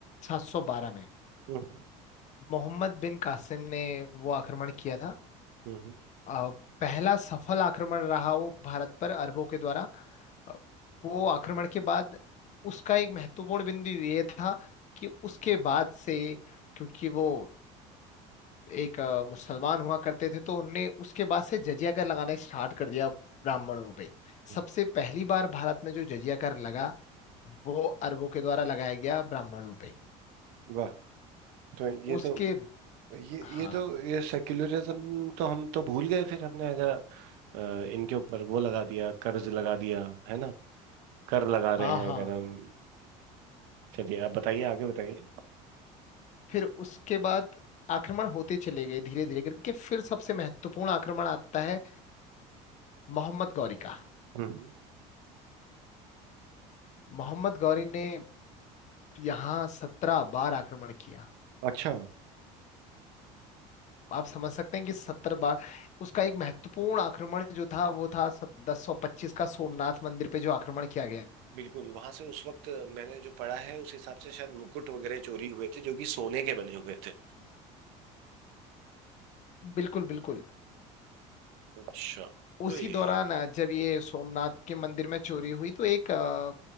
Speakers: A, on the left; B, on the right.
A: 712 में
B: हम्म
A: मोहम्मद बिन कासिम ने वो आक्रमण किया था
B: हम्म
A: अ, पहला सफल आक्रमण रहा वो भारत पर अरबों के द्वारा अ, वो आक्रमण के बाद उसका एक महत्वपूर्ण बिंदु ये था कि उसके बाद से क्योंकि वो एक अ, मुसलमान हुआ करते थे तो उनने उसके बाद से जजिया कर लगाना स्टार्ट कर दिया ब्राह्मणों पे
B: हम्म।
A: सबसे पहली बार भारत में जो जजिया कर लगा वो अरबों के द्वारा लगाया गया ब्राह्मणों पे
B: वाह तो ये
A: उसके
B: तो ये
A: हाँ
B: ये तो ये सेक्युलरिज्म तो हम तो भूल गए फिर हमने अगर अ, इनके ऊपर वो लगा दिया कर्ज लगा दिया है ना कर लगा रहे
A: हाँ
B: हैं
A: हाँ
B: अगर हम चलिए आप बताइए आगे बताइए
A: फिर उसके बाद आक्रमण होते चले गए धीरे धीरे करके फिर सबसे महत्वपूर्ण आक्रमण आता है मोहम्मद गौरी का
B: हम्म
A: मोहम्मद गौरी ने यहाँ सत्रह बार आक्रमण किया
B: अच्छा
A: आप समझ सकते हैं कि सत्तर बार उसका एक महत्वपूर्ण आक्रमण जो था वो था दस सौ पच्चीस का सोमनाथ मंदिर पे जो आक्रमण किया गया
B: बिल्कुल वहां से उस वक्त मैंने जो पढ़ा है उस हिसाब से शायद मुकुट वगैरह चोरी हुए थे जो कि सोने के बने हुए थे
A: बिल्कुल बिल्कुल
B: अच्छा तो
A: उसी
B: ये
A: दौरान अ, जब ये सोमनाथ के मंदिर में चोरी हुई तो एक अ,